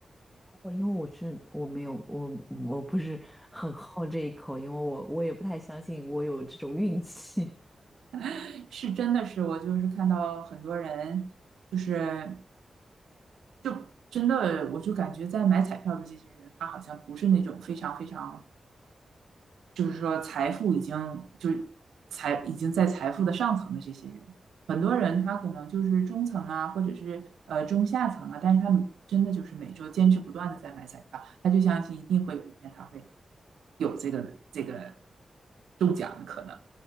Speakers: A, in the centre; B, on the right.
A: 不过因为我是我没有我我不是很好这一口，因为我我也不太相信我有这种运气。
B: <laughs> 是真的是，我就是看到很多人，就是就真的，我就感觉在买彩票的这些人，他好像不是那种非常非常，就是说财富已经就是财已经在财富的上层的这些人，很多人他可能就是中层啊，或者是呃中下层啊，但是他们真的就是每周坚持不断的在买彩票，他就相信一定会有一天他会有这个这个中奖的可能。